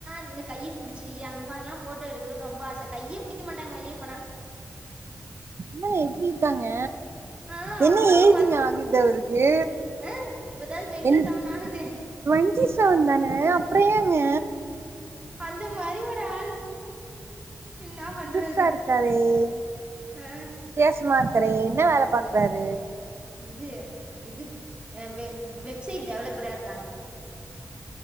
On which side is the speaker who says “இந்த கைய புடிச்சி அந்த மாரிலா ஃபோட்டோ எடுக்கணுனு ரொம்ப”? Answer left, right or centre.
Right